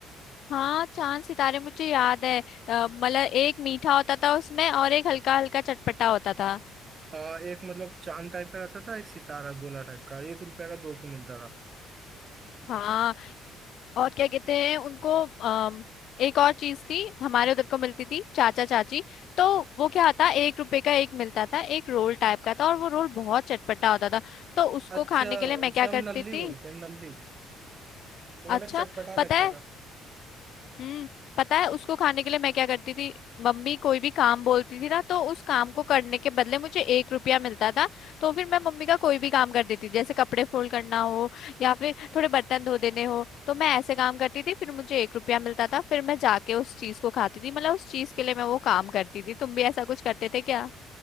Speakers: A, on the left; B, on the right.
A: हाँ चांद सितारे मुझे याद है अ, मतलब एक मीठा होता था उसमें और एक हल्का हल्का चटपटा होता था
B: हाँ एक मतलब चांद टाइप का रहता था एक सितारा गोला टाइप का एक रुपए का दो ठो मिलता था
A: हाँ और क्या कहते हैं उनको अम, एक और चीज थी हमारे उधर को मिलती थी चाचा चाची तो वो क्या आता एक रुपए का एक मिलता था एक रोल टाइप का था और वो रोल बहुत चटपटा होता था तो उसको
B: अच्छा
A: खाने के लिए मैं
B: उसे
A: क्या
B: हम
A: करती
B: नल्ली
A: थी
B: बोलते हैं नल्ली वो मतलब
A: अच्छा
B: चटपटा लगता
A: पता है
B: था
A: हम्म पता है उसको खाने के लिए मैं क्या करती थी मम्मी कोई भी काम बोलती थी ना तो उस काम को करने के बदले मुझे एक रुपया मिलता था तो फिर मैं मम्मी का कोई भी काम कर देती थी जैसे कपड़े फोल्ड करना हो या फिर थोड़े बर्तन धो देने हो तो मैं ऐसे काम करती थी फिर मुझे एक रुपया मिलता था फिर मैं जाके उस चीज को खाती थी मतलब उस चीज के लिए मैं वो काम करती थी तुम भी ऐसा कुछ करते थे क्या